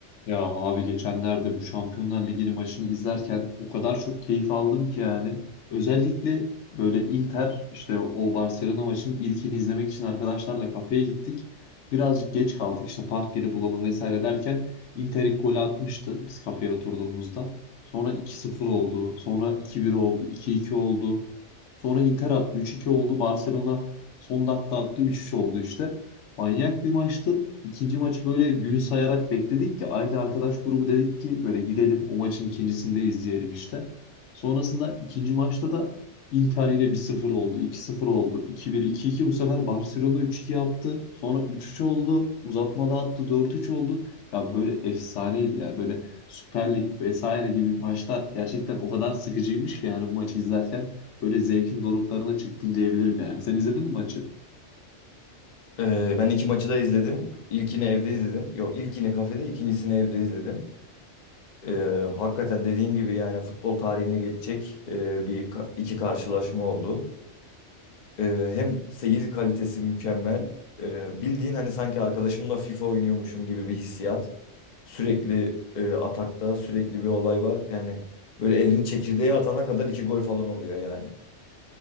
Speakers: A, on the left; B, on the left.
A: Ya abi geçenlerde bu Şampiyonlar Ligi'nin maçını izlerken o kadar çok keyif aldım ki yani. Özellikle böyle Inter işte o Barcelona maçının ilkini izlemek için arkadaşlarla kafeye gittik. Birazcık geç kaldık işte park yeri bulalım vesaire derken Inter ilk golü atmıştı biz kafeye oturduğumuzda. Sonra iki sıfır oldu, sonra iki bir oldu, iki iki oldu. Sonra Inter attı üç iki oldu, Barcelona son dakika attı üç üç oldu işte. Manyak bir maçtı. İkinci maçı böyle gün sayarak bekledik ki aynı arkadaş grubu dedik ki böyle gidelim o maçın ikincisini de izleyelim işte. Sonrasında ikinci maçta da Inter yine 1-0 oldu, iki sıfır oldu, iki bir iki iki bu sefer Barcelona üç iki yaptı. Sonra üç üç oldu, uzatmada attı dört üç oldu. Ya böyle efsaneydi ya böyle Süper Lig vesaire gibi maçlar gerçekten o kadar sıkıcıymış ki yani bu maçı izlerken böyle zevkin doruklarına çıktım diyebilirim yani. Sen izledin mi maçı?
B: Ee, ben iki maçı da izledim. İlkini evde izledim. Yok ilkini kafede, ikincisini evde izledim. Ee, hakikaten dediğin gibi yani futbol tarihine geçecek e, bir ka- iki karşılaşma oldu. Ee, hem seyir kalitesi mükemmel. Ee, bildiğin hani sanki arkadaşımla FIFA oynuyormuşum gibi bir hissiyat. Sürekli e, atakta, sürekli bir olay var. Yani böyle elini çekirdeğe atana kadar iki gol falan oluyor yani.